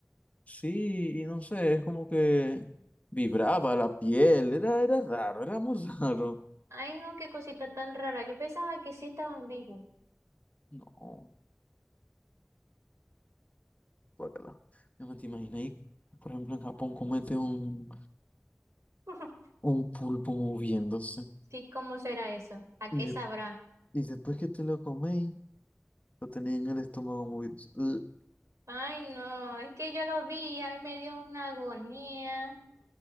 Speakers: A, on the left (about 25°); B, on the right (about 75°).
A: Sí, y no sé, es como que vibraba la piel, era, era raro, era muy <laughs> raro.
B: Ay, no, qué cosita tan rara. Yo pensaba que sí estaban vivos.
A: No, guácala. No me te imaginas, ahí, por ejemplo, en Japón comete un,
B: <laughs>
A: un pulpo moviéndose.
B: Sí, ¿cómo será eso? ¿A qué
A: Y, de-
B: sabrá?
A: y después que te lo coméis, lo tenía en el estómago moviéndose. Ugh,
B: Ay, no, es que yo lo vi, a mí me dio una agonía,